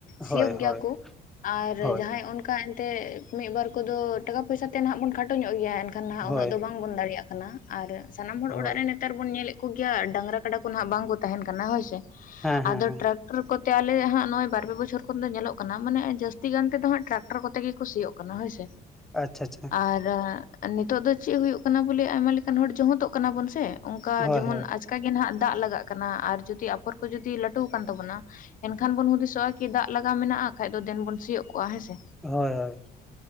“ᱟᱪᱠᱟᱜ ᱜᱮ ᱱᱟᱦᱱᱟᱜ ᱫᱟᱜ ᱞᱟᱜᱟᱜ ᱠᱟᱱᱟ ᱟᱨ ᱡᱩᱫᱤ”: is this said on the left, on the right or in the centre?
Left